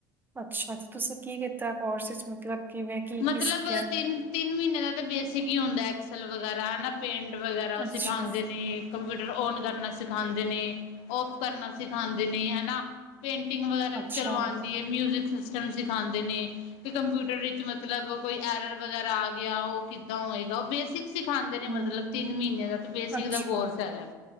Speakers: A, on the right; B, on the left.
A: ਅੱਛਾ, ਤੇ ਤੁਸੀਂ ਕੀ ਕੀਤਾ, ਕੋਰਸਿਸ ਮਤਲਬ ਕਿਵੇਂ? ਕੀ-ਕੀ
B: ਮਤਲਬ
A: ਸਿੱਖਿਆ?
B: ਤਿਨ-ਤਿੰਨ ਮ੍ਹੀਨੇ ਦਾ ਤਾਂ ਬੇਸਿਕ ਈ ਹੁੰਦਾ, ਐਕਸਲ ਵਗੈਰਾ ਹਨਾ। ਪੇਂਟ ਵਗੈਰਾ
A: ਅੱਛਾ,
B: ਸਿਖਾਂਦੇ ਨੇ, ਕੰਪਿਊਟਰ ਔਨ ਕਰਨਾ ਸਿਖਾਂਦੇ ਨੇ। ਔਫ ਕਰਨਾ ਸਿਖਾਂਦੇ ਨੇ ਹੈਨਾ, ਪੇਂਟਿੰਗ ਵਗੈਰਾ ਤਾਂ
A: ਅੱਛਾ,
B: ਚਲੋ ਆਂਦੀ ਏ। ਮਿਊਜ਼ਿਕ ਸਿਸਟਮ ਸਿਖਾਂਦੇ ਨੇ ਕਿ ਕੰਪਿਊਟਰ ਵਿੱਚ ਮ ਮਤਲਬ ਕੋਈ ਐਰਰ ਵਗੈਰਾ ਆ ਗਿਆ ਉ ਕਿੱਦਾਂ ਹੋਏਗਾ ਉਹ ਬੇਸਿਕ ਸਿਖਾਂਦੇ ਨੇ
A: ਹੂੰ,
B: ਮਤਲਬ ਤਿੰਨ ਮਹੀਨੇ ਦਾ ਤੇ ਬੇਸਿਕ
A: ਅੱਛਾ
B: ਦਾ ਕੋਰਸ ਹੈਗਾ।